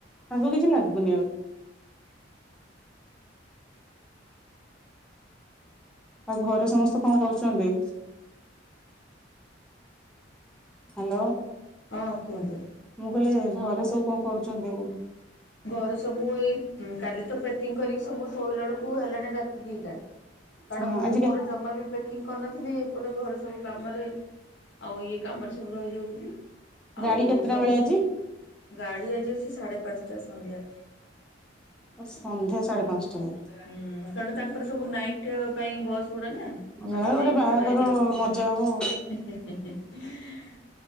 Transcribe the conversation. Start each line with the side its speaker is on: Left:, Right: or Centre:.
Centre: ତାଙ୍କୁ କିଛି ଲାଗୁନି ଆଉ। <inaudible> ଆଉ ଘରେ ସମସ୍ତେ କଣ କରୁଛନ୍ତି? ହ୍ୟାଲୋ?
Left: ହଁ କୁହନ୍ତୁ?
Centre: ମୁଁ କହିଲେ, ଘରେ ସବୁ କଣ କରୁଛନ୍ତି ବୋଲି।
Left: ଘରେ ସବୁ ଏଇ, <unintelligible> କାଲି ତ ପ୍ୟାକିଂ କରିକି ସବୁ ଶୋଇଲା ବେଳକୁ ହେଲାଣି ରାତି ଦିଟା। କାରଣ
Centre: ହଁ
Left: ମୁଁ
Centre: ଆଜି
Left: ମୋର
Centre: କେତେ
Left: ଜମା ବି ପ୍ୟାକିଂ କରିନଥିଲି ଏପଟେ ଘରେ ସବୁ କାମରେ, ଆଉ ଇଏ କାମରେ ସବୁ ରହିଯାଉଥିଲି। ଆଉ
Centre: ଗାଡି କେତେଟା
Left: ସବୁ
Centre: ବେଳେ ଆଜି?
Left: ଗାଡି ଆଜି ଅସି ସାଢ଼େ ପାଞ୍ଚଟା ସନ୍ଧ୍ୟା।
Centre: ସନ୍ଧ୍ୟା ସାଢେ ପାଞ୍ଚଟାରେ
Left: ହୁଁ <unintelligible> ତାଙ୍କର ସବୁ ନାଇଟ୍ ପାଇଁ ବସ୍ ଗୁଡା ନା।
Centre: ଯା
Left: ମାନେ
Centre: ଗୋଟେ
Left: ସେଇ
Centre: ବାହାଘର
Left: ପଟ ଏରିଆକୁ।
Centre: ମଜା ହବ ଆଉ।
Left: <unintelligible>